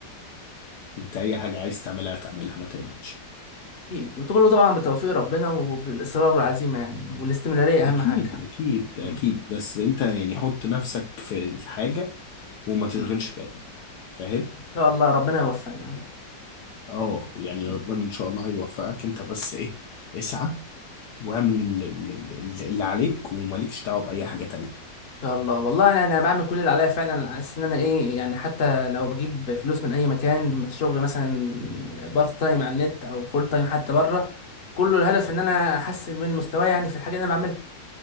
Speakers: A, on the left (about 70°); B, on the left (about 40°).
A: انت اي حاجه عايز تعملها تعملها ما تقلقش
B: أكيد وكله طبعا بتوفيق ربنا وبالإصرار والعزيمة يعني والاستمرارية
A: اكيد
B: أهم حاجة
A: اكيد
B: مم.
A: اكيد بس انت يعني حط نفسك في الحاجه وما تشغلش
B: مم.
A: بالك فاهم
B: إن شاء الله ربنا يوفقنا يا رب
A: اه يعني
B: مم.
A: ربنا ان شاء الله هيوفقك انت بس ايه اسعى واعمل اللي, اللي عليك ومالكش دعوه باي حاجه تانية
B: إن شاء الله والله يعني أنا بعمل كل اللي عليا فعلا على أساس إن أنا إيه يعني حتى لو بجيب فلوس من أي مكان من الشغل مثلا بارت تايم على النت أو فول تايم حتى بره كله الهدف إن أنا أحسن من مستواي يعني في الحاجة اللي أنا بعملها